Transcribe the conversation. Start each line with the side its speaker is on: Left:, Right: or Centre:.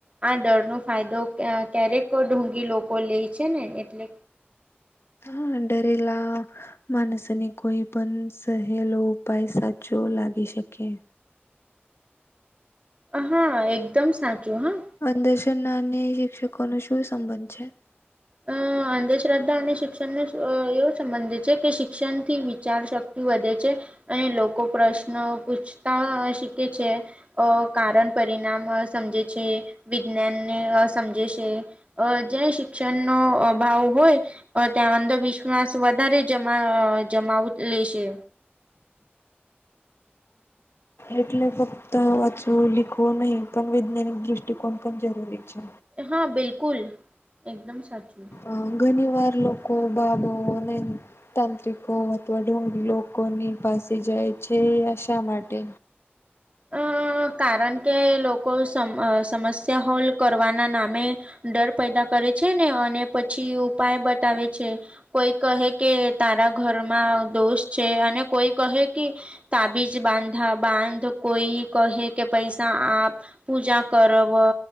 Right: આ ડર નો ફાયદો ક ક્યારેક ઢુંગી લોકો લેય છે ને એટલે.
Left: હા, ડરેલા. માનસોને કોઈ પણ સહેલો ઉપાય સાચો લાગી શકે.
Right: અહા, એકદમ સાચું હા.
Left: અંદશનાની શિક્ષકો નો શું સંબંધ છે? <unintelligible>
Right: અ અંધશ્રદ્ધા અને શિક્ષણનો અ એવો સંબંધ છે કે, શિક્ષણથી વિચારશક્તિ વધે છે. અને લોકો પ્રશ્ન પૂછતા શીકે છે. અ કારણ પરિણામ અ સમજે છે, વિજ્ઞાનને અ સમજે છે. અ જ શિક્ષણનો ભાવ હોય. ત્યાં અંધવિશ્વાસ વધારે જમા જમાવ લેશે.
Left: એટલે ફક્ત વાચું લિખું નહી, પણ વૈજ્ઞાનિક દૃષ્ટિકોણ પણ જરૂરી. છે.
Right: હા, બિલકુલ એકદમ સાચું.
Left: અ ઘણી વાર લોકો બાબા તાંત્રિકો અથવા ડુંગી લોકોની પાસે જાય છે, આશા માટે.
Right: અ કારણ કે, લોકો સમસ્યા હોલ કરવાના નામે ડર પેદા કરે છે ને, અને પછી ઉપાય બતાવે છે. કોઈ કહે કે, તારા ઘરમાં દોસ્ત છે, અને કોઈ કહે કે તાબીજ બાંધા બાંધ કોઈ કહે કે, પૈસા આપ પૂજા કરવે,